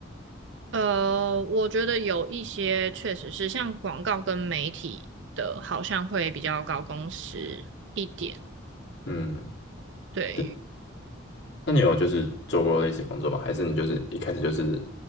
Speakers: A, on the right; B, on the left.
A: 呃，我觉得有一些确实是像广告跟媒体的，好像会比较高工时一点。
B: 嗯，
A: 对，
B: 对，那你有就是做过类似工作吗？还是你就是一开始就是